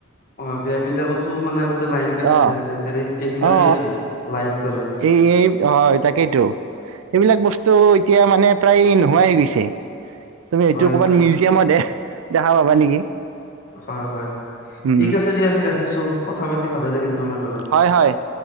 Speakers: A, on the left; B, on the right.
A: উ অ বিয় বিলাকতো মানে আগতে লাইট নাছিল
B: অ
A: জেনেৰেটাৰ এইবিলাকেই
B: অ
A: আছিল লাইট জলে
B: এই এই হয় তাকেইেতো, এইবিলাক বস্তু এতিয়া মানে প্ৰায় নোহোৱাই হয় গৈছে। তুমি এইটো
A: হয়
B: ক'বাত
A: হয়
B: মিউজিয়ামত
A: হয়
B: হে দেখা পাবা নেকি।
A: হয় হয়
B: উম
A: ঠিক আছে দিয়া আজি ৰাখিছো, কথা পাতি ভালে লাগিল তোমাৰ লগত,
B: হয় হয়